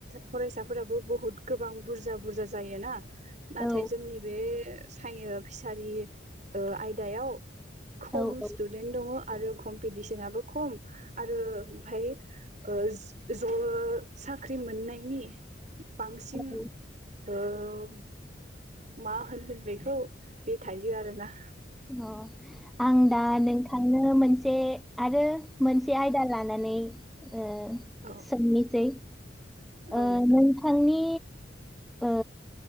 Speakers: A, on the right (about 40°); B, in the centre.
A: फरायसाफोराबो बुहुत गोबां बुरजा बुरज जायोना नाथाय
B: औ
A: जोंनि बे सायो फिसारि आयदायाव खम
B: औ औ
A: स्टुदेन्ट दङ आरो खम कम्पिटिसनाबो खम आरो ओमफाय ज' साख्रि मोननायनि बांसिन
B: औ
A: औ मा होनदों बेखौ बे थायो आरोना
B: अ आं दा नोंथांनो मोनसे आरो मोनसे आयदा लानानै ओ
A: औ
B: सोंनिसै
A: औ
B: आ
A: नोंथां
B: नोंथांनि औ